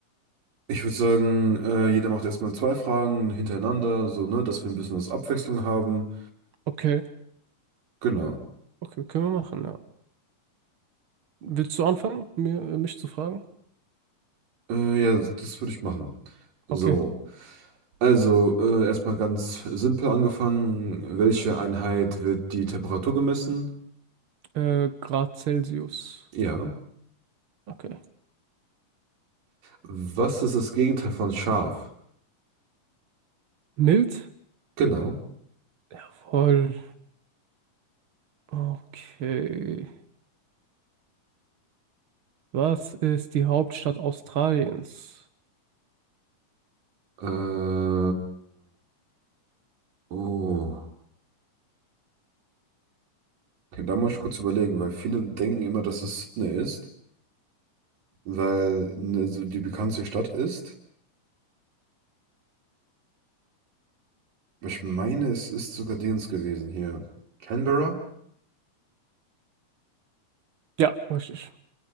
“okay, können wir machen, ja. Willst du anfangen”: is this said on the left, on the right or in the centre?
Right